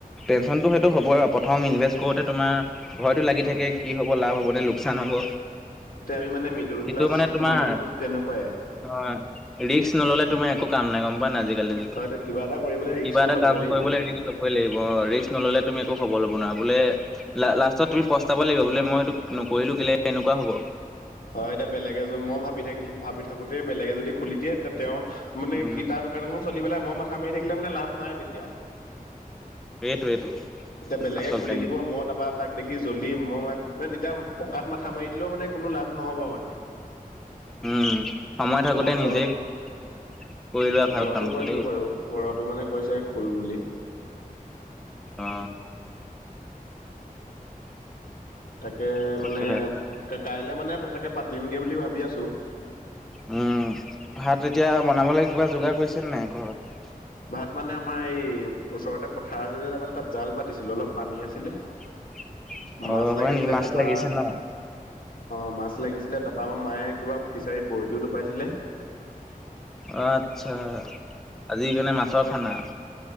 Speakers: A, in the centre; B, on the left.
A: টেনচনটো সেইটো হ'বই আৰু প্ৰথম ইনভেষ্ট কৰোতে তোমাৰ ভয়তো লাগি থাকে, কি হ'ব লাভ হ'বনে, লোকচান হ'ব।
B: এয়াই আমি মানে, মিডিল
A: কিন্তু
B: ক্লাছ
A: মানে তোমাৰ
B: মানুহ তেনেকুৱাই।
A: অ, ৰিস্ক নল'লে তোমাৰ একো কাম নাই, গম পোৱা নে আজিকালি যুগত।
B: হয় কিবা এটা কৰি পালে ৰিস্কটো
A: কিবা এটা
B: ল'বই
A: কাম
B: লাগিব।
A: কৰিবলৈ ৰিস্ক ল'বই লাগিব ৰিস্ক নল'লে তুমি একো সফল হ'ব নোৱাৰা। বোলে লা, লাষ্টত তুমি পস্তাব লাগিব, বোলে মই এইটো নকৰিলো কেলে এনেকুৱা হ'ব।
B: হয়, এতিয়া বেলেগে মই ভাবি থাকিল, ভাবি থাকোতেই বেলেগে যদি খুলি দিয়ে তেতিয়া তেওঁ মানে
A: উম,
B: সি তাৰ দোকান চলি পেলাই, মই মাথা মাৰি থাকিলে মানে লাভ নাই তেতিয়া।
A: এইটো-এইটো
B: এতিয়া বেলেগে
A: আচল
B: খুলি
A: কাহিনী
B: দিব, মোৰ তাৰপৰা তাক দে কি জ্বলি মই মানে তেতিয়া পকাত মাথা মাৰি দিলেও মানে, কোনো লাভ নহ'ব মানে।
A: উম, সময় থাকোতে
B: মই ঘৰত
A: নিজেই, কৰি লোৱা ভাল
B: ঘৰতো
A: কামটো
B: কৈছো
A: দেই।
B: বাৰু ঘৰতো মানে কৈছে, খোল বুলি।
A: অ,
B: তাকে
A: তাকে
B: মানে কাইলৈ মানে, পইতেকেপাতিম গৈ বুলি ভাবি আছোঁ।
A: উম, ভাত এতিয়া বনাব লাগিব যোগাৰ কৰিছেনে নাই ঘৰত?
B: ভাত মানে আমাৰ এই ওচৰতে পথাৰ আছে যে, তাত জাল পাতিছিলো অলপ পানী আছিলে।
A: <inaudible>
B: মাছ
A: অ'
B: লাগিছিলে
A: হয় নেকি মাছ
B: তাপা
A: লাগিছে ন?
B: অ, মাছ লাগিছিলে তাৰপৰা আমাৰ মায়ে কিবা ফিছাৰীত বৰশীও টোপাইছিলে।
A: অ, আচ্ছা আজি সেই কাৰণে মাছৰ খানা।